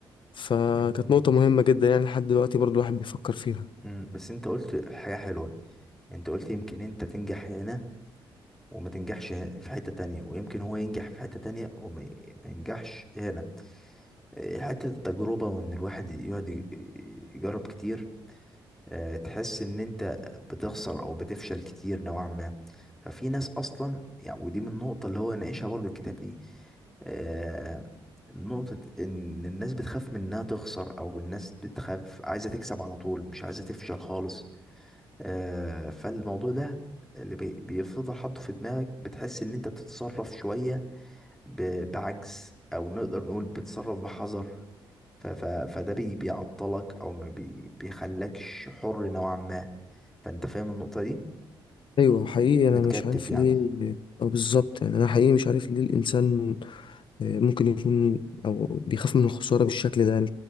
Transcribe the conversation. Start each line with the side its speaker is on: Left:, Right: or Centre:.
Left: فكانت
Centre: مم،
Left: نقطة مهمة جدا يعني لحد دلوقتي برضو الواحد بيفكر فيها
Centre: مم، بس انت قلت حاجة حلوة انت قلت يمكن انت تنجح هنا وما تنجحش ه- في حتة تانية ويمكن هو ينجح في حتة تانية وما ي- ما ينجحش هنا إيه، حتة التجربة وان الواحد يقعد ي- يجرب كتير آه، تحس ان انت بتخسر او بتفشل كتير نوعا ما ففي ناس اصلا يعني ودي من النقطة اللي هو ناقشها برضو الكتاب دي آه، نقطة ان الناس بتخاف من انها تخسر او الناس بتخاف عايزة تكسب على طول مش عايزة تفشل خالص آه، فالموضوع ده اللي بي- بيفضل حاطه في دماغك بتحس ان انت بتتصرف شوية ب- بعجز او نقدر نقول بتتصرف بحذر ف... ف... فده بي... بيعطلك او ما بي... بيخلكش حر نوعا ما فانت فاهم النقطة دي
Left: ايوه حقيقي انا
Centre: متكتف
Left: مش عارف
Centre: يعني
Left: ليه اه بالظبط يعني انا حقيقي مش عارف ليه الانسان آه، ممكن يكون او بيخاف من الخساره بالشكل ده يعني